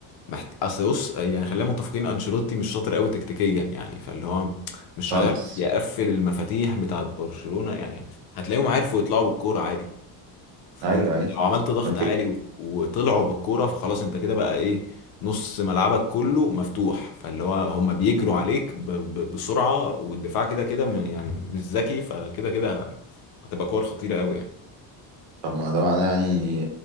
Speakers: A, on the left (about 55°); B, on the right (about 65°).
A: محت... اصل بص يعني خلينا متفقين انشيلوتي مش شاطر قوي تكتيكيا يعني فاللي هو مش
B: خالص
A: هيعرف يقفل المفاتيح بتاعت برشلونة يعني هتلاقيهم عرفوا يطلعوا بالكورة عادي فاهم
B: ايوه
A: لو
B: ايوه
A: عملت ضغط
B: اوكي
A: عالي و... وطلعوا بالكورة فخلاص انت كده بقى ايه نص ملعبك كله مفتوح فاللي هو هم بيجروا عليك ب... ب... بسرعة والدفاع كده كده م- يعني مش ذكي فكده كده هتبقى كور خطيرة قوي يعني.
B: طب ما ده معناه يعني